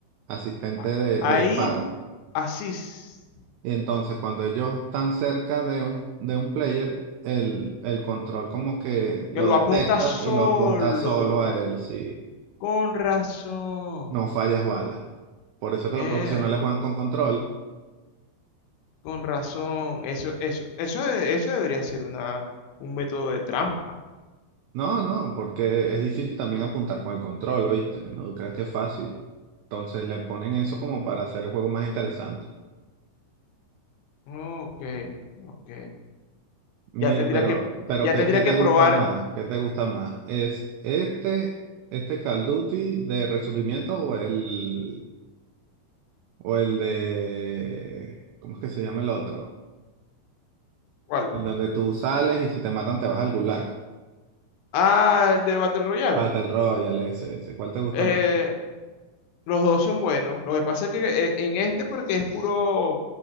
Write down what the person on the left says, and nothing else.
a-
ahí,
así, s-
que lo
apunta solo,
con razón,
eh,
con razón. Eso, eso, eso, de- eso debería ser una, un método de trampa.
Ok, ok.
Ya tendría
que,
ya
tendría
que
probar
cuál.
Ah, el de Battle Royale.
Eh,
los dos son buenos. Lo que pasa es que eh, en este porque es puro,